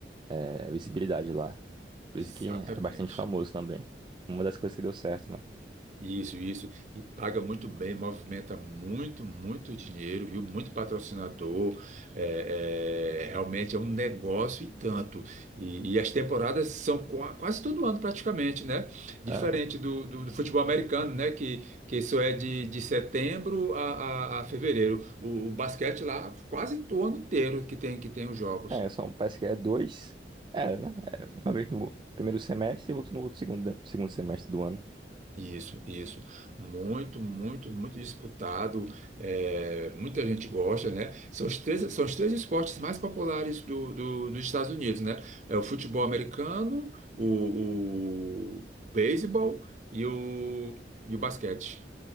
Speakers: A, on the right; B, on the right.
A: é, visibilidade lá. Por
B: Exatamente.
A: isso que é bastante famoso também. Uma das coisas que deu certo, né?
B: Isso, isso. E paga muito bem, movimenta muito, muito dinheiro, viu? Muito patrocinador. É, é, realmente é um negócio e tanto. E, e as temporadas são qua- quase todo ano, praticamente, né? Diferente
A: Aham.
B: do, do, do futebol americano, né? Que, que isso é de, de setembro a, a, a fevereiro. O, o basquete lá, quase todo ano inteiro que tem, que tem os jogos.
A: É, é, são, parece que é dois. É, né? É, uma vez no primeiro semestre e outro no outro segundo, segundo semestre do ano.
B: Isso, isso. Muito, muito, muito disputado. É, muita gente gosta, né? São os três, são os três esportes mais populares do, do- dos Estados Unidos, né? É o futebol americano, o, o beisebol e o, e o basquete.